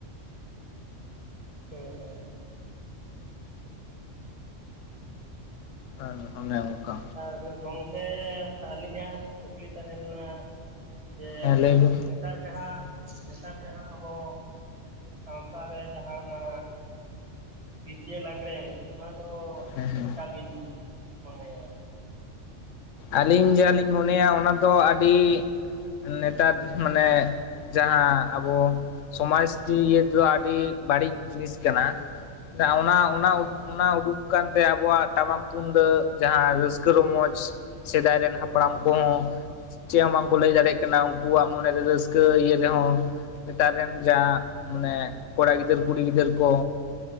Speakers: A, on the right; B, on the left.
A: ᱦᱮᱸ ᱦᱩᱸ
B: ᱟᱱ ᱚᱱᱮ ᱚᱱᱠᱟ᱾
A: ᱟᱨ ᱜᱚᱝᱠᱮ ᱟᱹᱞᱤᱧᱟᱜ ᱠᱩᱠᱞᱤ ᱛᱟᱦᱮᱸ ᱞᱮᱱᱟ᱾ ᱡᱮ
B: ᱦᱮᱸ ᱞᱟᱹᱭ ᱵᱤᱱ
A: ᱱᱮᱛᱟᱨ ᱡᱟᱦᱟᱸ, ᱱᱮᱛᱟᱨ ᱡᱟᱦᱟᱸ ᱟᱵᱚ ᱥᱟᱶᱛᱟᱨᱮ ᱡᱟᱦᱟᱸ ᱚᱱᱟ ᱰᱤ ᱡᱮ ᱞᱟᱸᱜᱽᱲᱮ ᱮᱱᱮᱡ ᱚᱱᱟ ᱫᱚ
B: ᱦᱮᱸ
A: ᱪᱮᱫᱞᱮᱠᱟ
B: ᱦᱮᱸ
A: ᱵᱤᱱ ᱢᱚᱱᱮᱭᱟ?
B: ᱟᱹᱞᱤᱧ ᱡᱟᱦᱟ ᱞᱤᱧ ᱢᱚᱱᱮᱭᱟ ᱚᱱᱟ ᱫᱚ ᱟᱹᱰᱤ ᱱᱮᱛᱟᱨ ᱢᱟᱱᱮ ᱡᱟᱦᱟᱸ ᱟᱵᱚ ᱥᱚᱢᱟᱡ ᱫᱤᱭᱟᱹ ᱫᱚ ᱟᱹᱰᱤ ᱵᱟᱹᱲᱤᱡ ᱡᱤᱱᱤᱥ ᱠᱟᱱᱟ᱾ ᱴᱟ ᱚᱱᱟ ᱚᱱᱟ
A: ᱦᱮᱸ
B: ᱚᱱᱟ ᱩᱰᱩᱠ ᱠᱟᱱᱛᱮ ᱟᱵᱚᱣᱟᱜ ᱴᱟᱢᱟᱠ ᱛᱩᱢᱫᱟᱜ ᱡᱟᱦᱟᱸ ᱨᱟᱹᱥᱠᱟᱹ ᱨᱚᱢᱚᱡᱽ ᱥᱮᱫᱟᱭ ᱨᱮᱱ ᱦᱟᱯᱲᱟᱢ ᱠᱳᱸ᱾ ᱪᱮᱫ ᱦᱚᱸ ᱵᱟᱝᱠᱚ ᱞᱟᱹᱭ ᱫᱟᱲᱮᱜ ᱠᱟᱱᱟ ᱩᱱᱠᱩᱣᱟᱜ ᱢᱚᱱᱮᱨᱮ ᱨᱟᱹᱥᱠᱟᱹ ᱤᱭᱟᱹ ᱨᱮᱦᱚᱸ᱾ ᱱᱮᱛᱟᱨ ᱨᱮᱱ ᱡᱟ, ᱢᱟᱱᱮ ᱠᱚᱲᱟ ᱜᱤᱫᱟᱹᱨ ᱠᱩᱲᱤ ᱜᱤᱫᱟᱹᱨ ᱠᱚ